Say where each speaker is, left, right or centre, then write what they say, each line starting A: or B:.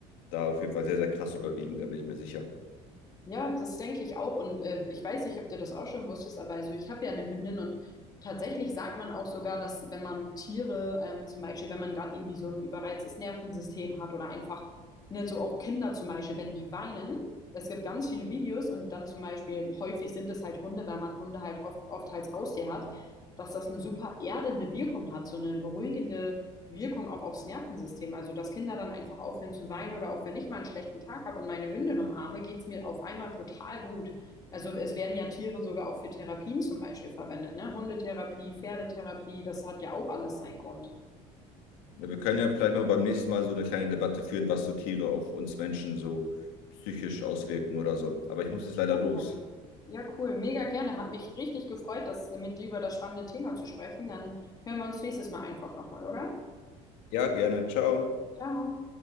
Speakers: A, on the left (about 80°); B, on the left (about 25°).
A: da auf jeden Fall sehr, sehr krass überwiegen, da bin ich mir sicher.
B: Ja, das denke ich auch. Und äh, ich weiß nicht, ob du das auch schon wusstest, aber also ich habe ja eine Hündin und tatsächlich sagt man auch sogar, dass wenn man Tiere, ähm, zum Beispiel, wenn man gerade irgendwie so ein überreiztes Nervensystem hat oder einfach, ne, so auch Kinder zum Beispiel, wenn die weinen, es gibt ganz viele Videos und dann zum Beispiel, häufig sind es halt Hunde, weil man Hunde halt oft, oft als Haustier hat, dass das eine super erdende Wirkung hat, so eine beruhigende Wirkung auch aufs Nervensystem. Also, dass Kinder dann einfach aufhören zu weinen oder auch wenn ich mal einen schlechten Tag habe und meine Hündin umarme, geht's mir auf einmal total gut. Also, es werden ja Tiere sogar auch für Therapien zum Beispiel verwendet, ne? Hundetherapie, Pferdetherapie, das hat ja auch alles seinen Grund.
A: Ja, Wir können ja vielleicht mal beim nächsten Mal so eine kleine Debatte führen, was so Tiere auf uns Menschen so psychisch auswirken oder so. Aber ich muss jetzt leider
B: Ja,
A: los.
B: gerne. Ja, cool, mega gerne. Hat mich richtig gefreut, das äh, mit dir über das spannende Thema zu sprechen. Dann hören wir uns nächstes Mal einfach nochmal, oder?
A: Ja, gerne. Ciao.
B: Ciao.